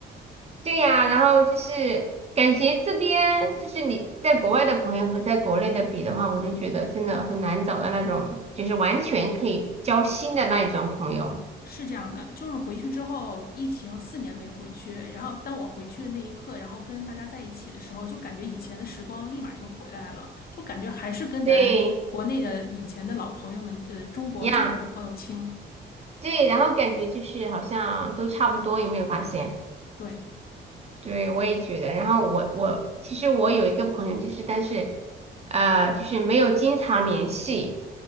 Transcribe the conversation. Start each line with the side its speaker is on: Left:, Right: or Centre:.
Right: 对呀，然后就是感觉这边就是你在国外的朋友和在国内的比的话，我就觉得真的很难找到那种就是完全可以交心的那一种朋友。
Left: 是这样的，就是回去之后，疫情四年没回去，然后当我回去的那一刻，然后跟大家在一起的时候，就感觉以前的时光立马就回来了，就感觉还是跟咱国内的以前的老朋友们，
Right: 对，
Left: 呃，中国中国的朋友亲，
Right: 一样。对，然后感觉就是好像都差不多，有没有发现？
Left: 对，
Right: 对，我也觉得。然后我我其实我有一个朋友，就是但是呃，就是没有经常联系，